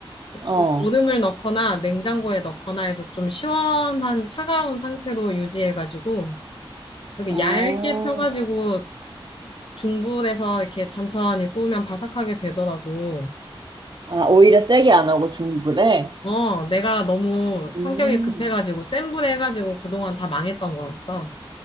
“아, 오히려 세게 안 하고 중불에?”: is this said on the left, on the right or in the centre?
Right